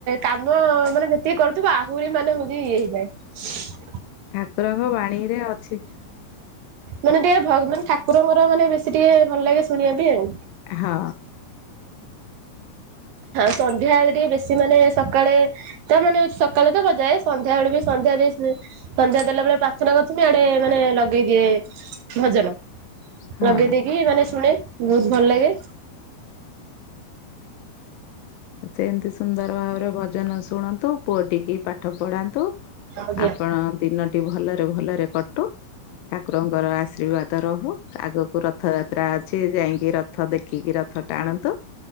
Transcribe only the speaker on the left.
ଠାକୁରଙ୍କ ବାଣୀରେ ଅଛି।
ହଁ।
ହଁ।
ସେମିତି ସୁନ୍ଦର ଭାବରେ ଭଜନ ଶୁଣନ୍ତୁ ପୁଅ ଟିକି ପାଠ ପଢାନ୍ତୁ।
ଆପଣଙ୍କ ଦିନଟି ଭଲରେ ଭଲରେ କଟୁ। ଠାକୁରଙ୍କର ଆଶୀର୍ବାଦ। ରହୁ ଆଗକୁ ରଥଯାତ୍ରା ଅଛି ଯାଇଁକି ରଥ ଦେଖିକି ରଥ ଟାଣନ୍ତୁ।